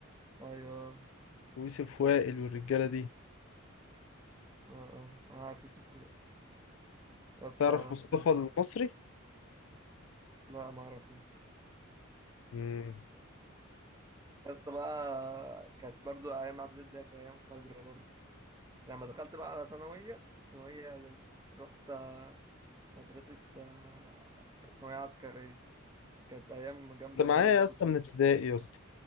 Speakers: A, on the right (about 15°); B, on the left (about 65°).
A: ايوه
B: ويوسف وائل والرجالة دي
A: اه اه انا عارف يوسف وائل يا اسطى
B: تعرف مصطفى المصري
A: لا ما اعرفوش
B: مم.
A: يا اسطى بقى كانت برضو ايام اعدادي ده كانت ايام فجر برضو لما دخلت بقى على ثانوية ثانوية رحت مدرسة آه، ثانوية عسكرية كانت أيام جامدة
B: انت
A: موت
B: معايا يا
A: كنت
B: اسطى من ابتدائي يا اسطى